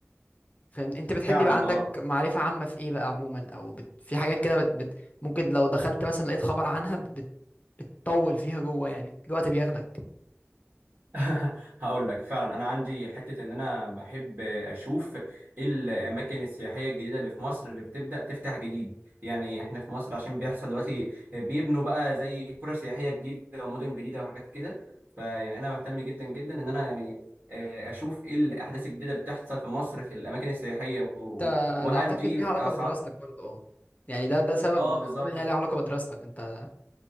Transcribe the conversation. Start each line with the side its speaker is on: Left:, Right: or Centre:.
Left: فاهم أنت بتحب
Right: فعلا
Left: يبقى عندك
Right: اه
Left: معرفة عامة في إيه بقى عموما أو بت... في حاجات كده بت... بت... ممكن لو دخلت مثلا لقيت خبر عنها بت... بتطول فيها جوه يعني الوقت بياخدك
Right: <laughs> هقول لك فعلا انا عندي حته ان انا بحب اشوف إيه الاماكن السياحيه الجديده اللي في مصر اللي بتبدا تفتح جديد يعني احنا في مصر عشان بيحصل دلوقتي بيبنوا بقى زي قرى سياحيه جديده ومدن جديده وحاجات كده فيعني انا بهتم جدا جدا ان انا يعني آه، اشوف ايه الاحداث الجديده اللي بتحصل في مصر في الاماكن السياحيه و- و-
Left: ده
Right: وهل
Left: ده اعتقد
Right: دي
Left: ليها علاقه
Right: اسعار
Left: بدراستك برضه اه يعني ده ده سبب
Right: اه
Left: من
Right: بالظبط
Left: الاسباب ان هي ليها علاقه بدراستك انت